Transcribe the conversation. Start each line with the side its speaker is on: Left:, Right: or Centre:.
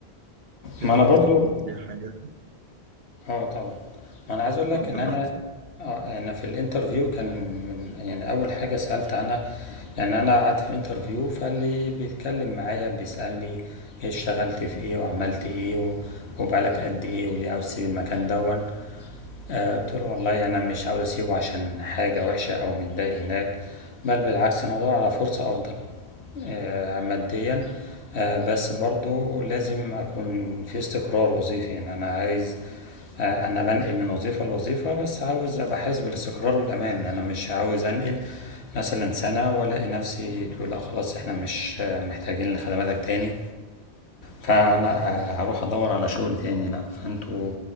Right: تقدر
Left: ما أنا برضو
Right: تخطط ليها حاجاتك
Left: اه طبعا ما انا عايز اقول لك
Right: اتفضل
Left: ان انا
Right: لا اتفضل
Left: آه انا في الانترفيو كان من يعني اول حاجه سالت عنها يعني انا قعدت في الانترفيو فاللي بيتكلم معايا بيسالني إيه اشتغلت في ايه وعملت ايه و- وبقالك قد ايه وليه عاوز تسيب المكان دون آه قلت له والله انا مش عاوز اسيبه عشان حاجه وحشه او متضايق هناك بل بالعكس انا بدور على فرصه افضل آه، ماديا آه، بس برضو لازم أكون في استقرار وظيفي يعني أنا عايز آه، أنا بنقل من وظيفة لوظيفة بس عاوز أبقى حاسس بالاستقرار والأمان أنا مش عاوز أنقل مثلا سنة وألاقي نفسي تقول لا خلاص إحنا مش آه، محتاجين لخدماتك تاني فأنا آه، هروح أدور على شغل تاني لأ فأنتوا